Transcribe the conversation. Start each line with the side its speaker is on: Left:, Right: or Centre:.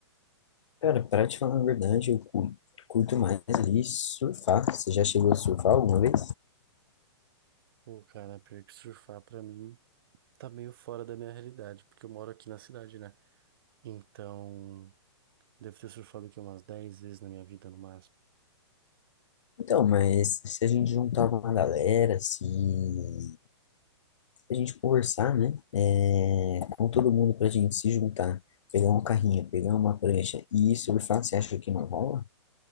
Left: cara, pra te falar a verdade, eu cu- curto mais ali surfar. Você já chegou a surfar alguma vez?
Right: Pô, cara, pior que surfar pra mim tá meio fora da minha realidade, porque eu moro aqui na cidade, né? Então, devo ter surfado aqui umas 10 vezes na minha vida no máximo.
Left: Então, mas se a gente juntar uma galera, se, se a gente conversar, né? É... Com todo mundo pra gente se juntar, pegar um carrinho, pegar uma prancha e surfar, você acha que não rola?